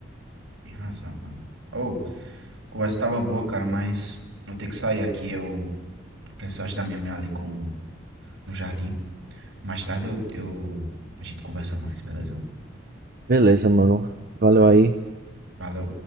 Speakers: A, on the right (about 75°); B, on the right (about 45°).
A: Tem razão, mano. Ô, a conversa tava boa, cara, mas eu tenho que sair aqui. Eu preciso ajudar minha mãe ali com, no jardim. Mais tarde eu, eu, a gente conversa mais, beleza?
B: Beleza, mano. Valeu aí.
A: Valeu.